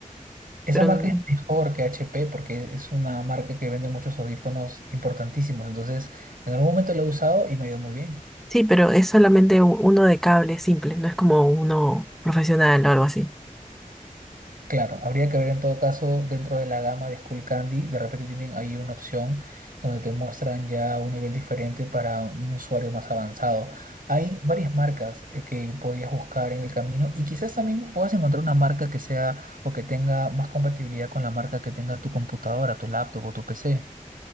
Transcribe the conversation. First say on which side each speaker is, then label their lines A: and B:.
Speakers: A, on the right (about 85°); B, in the centre.
A: esa
B: pero
A: marca
B: n-
A: es mejor que HP porque es una marca que vende muchos audífonos importantísimos, entonces en algún momento lo he usado y me ha ido muy bien.
B: Sí, pero es solamente u- uno de cable simple, no es como uno profesional o algo así.
A: Claro, habría que ver en todo caso dentro de la gama de Skull Candy, de repente tienen ahí una opción donde te muestran ya un nivel diferente para un usuario más avanzado. Hay varias marcas eh, que podrías buscar en el camino y quizás también puedas encontrar una marca que sea o que tenga más compatibilidad con la marca que tenga tu computadora, tu laptop o tu PC.